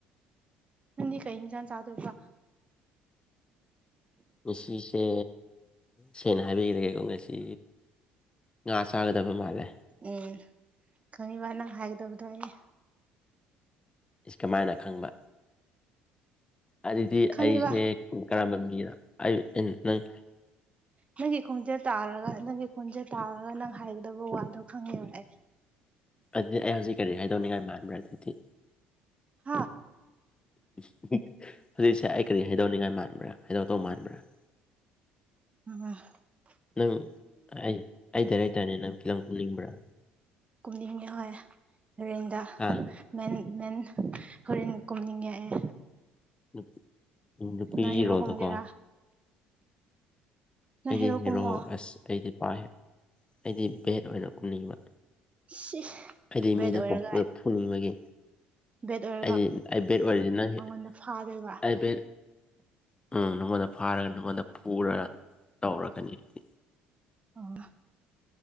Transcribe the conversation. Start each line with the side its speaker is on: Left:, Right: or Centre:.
Right: ꯅꯪꯗꯤ ꯀꯩ ꯏꯟꯖꯡ ꯆꯥꯗꯧꯕ
Left: ꯉꯁꯤꯁꯦ ꯁꯦꯡꯅ ꯍꯥꯏꯕꯤꯔꯒꯦꯀꯣ ꯉꯁꯤ ꯉꯥ ꯆꯥꯒꯗꯕ ꯃꯥꯜꯂꯦ
Right: ꯎꯝ ꯈꯪꯉꯤꯕ ꯅꯪ ꯍꯥꯏꯒꯗꯕꯗꯣ ꯑꯩ
Left: ꯏꯁ ꯀꯃꯥꯏꯅ ꯈꯪꯕ ꯑꯗꯨꯗꯤ
Right: ꯈꯪꯉꯤꯕ
Left: ꯑꯩꯁꯦ ꯀꯔꯝꯕ ꯃꯤꯅꯣ ꯅꯪ
Right: ꯅꯪꯒꯤ ꯈꯣꯡꯖꯦꯜ ꯇꯥꯔꯒ ꯅꯪꯒꯤ ꯈꯣꯡꯖꯦꯜ ꯇꯥꯔꯒ ꯅꯪ ꯍꯥꯏꯒꯗꯕ ꯋꯥꯗꯣ ꯈꯪꯉꯦꯕ ꯑꯩ
Left: ꯑꯗꯨꯗꯤ ꯑꯩ ꯍꯧꯖꯤꯛ ꯀꯔꯤ ꯍꯥꯏꯗꯧꯅꯤꯡꯉꯥꯏ ꯃꯥꯟꯕ꯭ꯔꯥ ꯑꯗꯨꯗꯤ
Right: ꯍꯥ꯫
Left: <unintelligible> ꯍꯧꯖꯤꯛꯁꯦ ꯑꯩ ꯀꯔꯤ ꯍꯥꯏꯗꯣꯛꯅꯤꯡꯉꯥꯏ ꯃꯥꯟꯕ꯭ꯔꯥ ꯍꯥꯏꯗꫭꯛꯇꯧ ꯃꯥꯟꯕ꯭ꯔꯥ꯫
Right: <unintelligible>
Left: ꯅꯪ ꯑꯩ ꯑꯩ ꯗꯥꯏꯔꯦꯛꯇꯔꯅꯤ ꯅꯪ ꯐꯤꯂꯝ ꯀꯨꯝꯅꯤꯡꯕ꯭ꯔꯥ꯫
Right: ꯀꯨꯝꯅꯤꯡꯉꯦ ꯍꯣꯏ ꯔꯦꯟꯗ꯫
Left: ꯍꯥ꯫
Right: ꯃꯦꯟ ꯃꯦꯟ ꯍꯣꯔꯦꯅ ꯀꯨꯝꯅꯤꯡꯉꯦ ꯑꯩ꯫
Left: ꯅꯨꯞ ꯅꯨꯄꯤꯒꯤ
Right: ꯅꯪ ꯍꯦꯔꯣ
Left: ꯔꯣꯜꯗꯣꯀꯣ꯫
Right: ꯀꯨꯝꯒꯦꯔꯥ ꯅꯪ
Left: ꯑꯩꯗꯤ ꯍꯦꯔꯣ
Right: ꯀꯨꯝꯃꯣ
Left: ꯑꯁ ꯑꯩꯗꯤ ꯄꯥꯏ ꯑꯩꯗꯤ ꯕꯦꯠ ꯑꯣꯏꯅ ꯀꯨꯝꯅꯤꯡꯕ꯫
Right: ꯁꯤ
Left: ꯍꯥꯏꯗꯤ
Right: ꯕꯦꯠ
Left: ꯃꯤꯗ
Right: ꯑꯣꯏꯔꯒ
Left: ꯄꯪꯐꯨꯗ ꯐꯨꯅꯤꯡꯕꯒꯤ꯫
Right: ꯕꯦꯠ ꯑꯣꯏꯔꯒ
Left: ꯍꯥꯏꯗꯤ ꯑꯩ ꯕꯦꯠ ꯑꯣꯏꯔꯤꯗꯤ ꯅꯪ ꯍꯦ
Right: ꯑꯩꯉꯣꯟꯗ ꯐꯥꯗꯣꯏꯕ
Left: ꯑꯩ ꯕꯦꯗ ꯎꯝ ꯅꯉꯣꯟꯗ ꯐꯥꯔꯒ ꯅꯉꯣꯟꯗ ꯄꯨꯔꯒ ꯇꯧꯔꯛꯀꯅꯤ ꯑꯩꯗꯤ꯫
Right: ꯑꯣ꯫